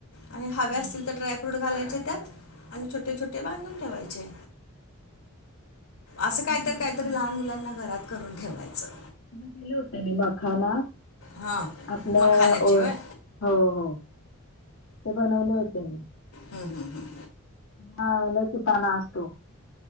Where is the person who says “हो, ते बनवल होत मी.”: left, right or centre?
Left